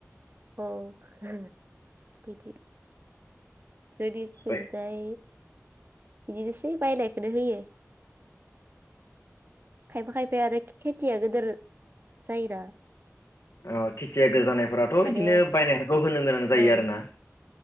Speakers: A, on the right (about 45°); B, on the left (about 75°).
A: औ होम बिदि जोबिसथिंजाय
B: ओमफ्राय
A: बिदिनोसै बायनायखौनो होयो खायफा-खायफाया आरो खे-खेथिया गिदिर जायोना
B: अ खिथियाक जानायफोराथ'
A: माने
B: बिदिनो बायनाय हारखौ होनो गोनां जायो
A: औ
B: आरोना।